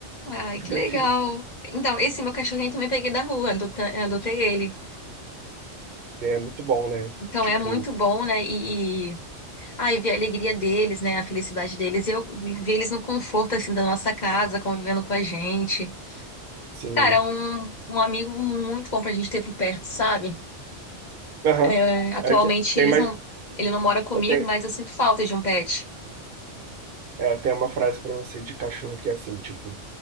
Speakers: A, on the left (about 40°); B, on the right (about 60°).
A: Ai, que
B: filhotinha.
A: legal. Então, esse meu cachorrinho também peguei da rua, adota- adotei ele.
B: É muito bom, né?
A: Então,
B: Tipo,
A: é muito bom, né? E, e- ai, ver a alegria deles, né? A felicidade deles. E eu ver eles no conforto, assim, da nossa casa, convivendo com a gente.
B: sim.
A: Cara, um, um amigo muito bom pra gente ter por perto, sabe?
B: Aham.
A: É, atualmente
B: Aí te- Tem
A: eles
B: mais.
A: não, ele não mora comigo,
B: Eu tenho,
A: mas eu sinto falta de um pet.
B: é, eu tenho uma frase para você de cachorro que é assim, tipo.